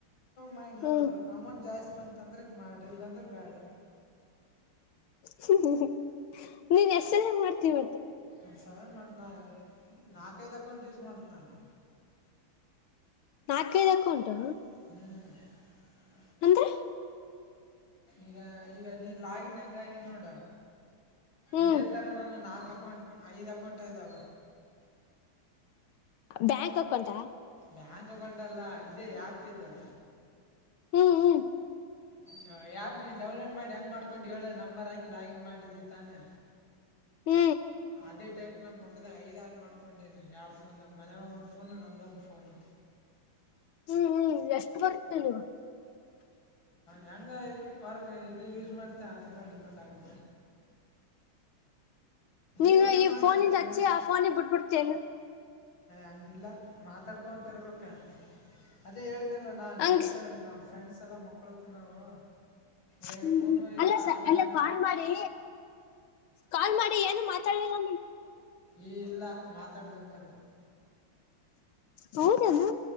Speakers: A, on the left; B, on the left.
A: ಮಾಡಿ ನೋಡು
B: ಹ್ಮ್
A: ಅಮೌಂಟ್ ಜಾಸ್ತಿ ಬಂತ ಅಂದ್ರಕ್ ಮಾಡಿ ಇಲ್ಲಾಂದ್ರ ಬ್ಯಾಡ
B: ಹ್ಮ ನೀನ್ ಎಸ್ ಎಲ್ಲ ಮಾಡ್ತೀವ
A: ನ ಸನ್ ಮಾಡನ ನಾಕೈದ್ ಅಕೌಂಟ್ ಯೂಸ್ ಮಾಡ್ತನ ನ ನ
B: ನಾಕೈದಕ ಉಂಟು
A: ಹ್ಮ್
B: ಅಂದ್ರೀ
A: ಈಗ ಈಗ ನೀ ಲಾಗಿನ್ ಹೆಂಗ ಆಗನ್ ನೋಡ
B: ಹ್ಮ್
A: ಇದೇ ತರ ನಾನು ನಾಕ ಅಕೌಂ ಐದ್ ಅಕೌಂಟ್ ಇದಾವ
B: ಬ್ಯಾಂಕ್ ಅಕೌಂಟಾ
A: ಬ್ಯಾಂಕ್ ತಗೊಂಡಲ್ಲ ಇದೆ ಆ್ಯಪ್ ಇದೆ
B: ಹ್ಮ್ ಹ್ಮ್
A: ಹ ಆ್ಯಪ್ ನೀವು ಡೌನ್ಲೋಡ್ ಮಾಡಿ ಹೆಂಗ್ ಮಾಡ್ಕೊಂಡು ಹೇಳ ನಂಬರ್ ಹಾಕಿ ಲಾಗಿನ್ ಮಾಡಿದ್ದಿ ತಾನೆ
B: ಹ್ಮ
A: ಇದೇ ಟೈಪ್ ನು ಮೊಬೈಲ್ ಐದಾರು ಮಾಡ್ಕೊಂಡಿದ್ದೇನೆ ಎರಡು ಫೋನ್ ಮನೆೊ ಒಂದು ಫೋನ್ ನೊಂದು ಫೋನು
B: ಹ್ಮ್ ಹ್ಮ್ ಎಷ್ಟು ಬರುತ್ತೆ ನೀವು
A: ಹೆಂಗರ್ ಇದು ಯೂಸ್ ಮಾಡತ್ತೆ ಅದ್ರ ಮೇಲೆ ಡಿಪೆಂಡ್ ಆಗತ್ತೆ
B: ನೀನು
A: ಏನಂತ
B: ಈ
A: ಮಾತಾಡ್ತೀವಿ
B: ಫೋನಿಂದ ಹಚ್ಚಿ
A: ಹೇಳಿ
B: ಆ ಫೋನಿಗೆ ಬಿಟ್ಬಿಡ್ತೇನೆ
A: ಹಂಗಿಲ್ಲ ಮಾತಾಡ್ಕೊಂತರ್ಬೇಕ ಅದೇ ಹ ಇಲ್ಲ ನಾ
B: ಹಂಗ್
A: ನೈಟ್ ನಮ್ಮ ಫ್ರೆಂಡ್ಸ್ ಎಲ್ಲ ಮ ಹಕಳ್ತೀವಿ ನಾವು ಎರಡು
B: ಹ್ಮ್
A: ಫೋನುಯದು
B: ಅಲ್ಲ ಸ
A: ಆನ್
B: ಅಲ್ಲ
A: ಮಾಡಿ
B: ಕಾಲ್ ಮಾಡಿ ಕಾಲ್ ಮಾಡಿ ಏನು ಮಾತಾಡಲ್ಲ
A: ಈ ಇಲ್ಲ ಮಾತಾಡ್ಬೇಕ್ರೆ
B: ಹೌದಾನ